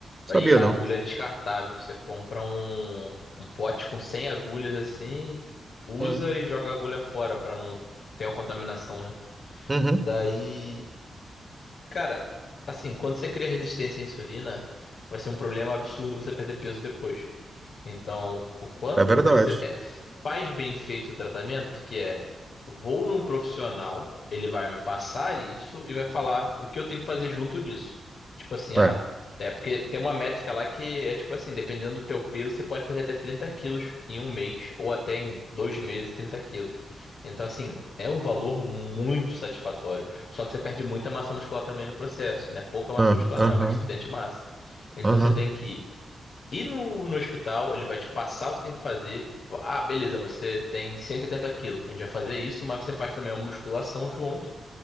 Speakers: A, on the right; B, on the left.
A: Sabia
B: E a
A: não.
B: agulha é descartável. Você compra um, um pote com 100 agulhas assim, usa
A: Hum.
B: e joga a agulha fora pra não ter uma contaminação, né?
A: Uhum.
B: Daí, cara, assim, quando você cria resistência à insulina, vai ser um problema absurdo você perder peso depois. Então, o- quando
A: É verdade.
B: você é, faz bem feito o tratamento, que é vou num profissional, ele vai me passar isso e vai falar o que eu tenho que fazer junto disso. Tipo assim,
A: É.
B: ah, é porque tem uma métrica lá que é tipo assim, dependendo do teu peso, você pode perder até 30 quilos em um mês ou até em dois meses 30 quilos. Então, assim, é um valor muito satisfatório. Só que você perde muita massa muscular também no processo, né? Pouca massa
A: Aham,
B: muscular
A: aham,
B: não, é bastante massa. Então
A: aham.
B: você tem que e no, no hospital, ele vai te passar o que você tem que fazer. Ah, beleza, você tem 180 quilos. A gente vai fazer isso, mas você faz também uma musculação junto.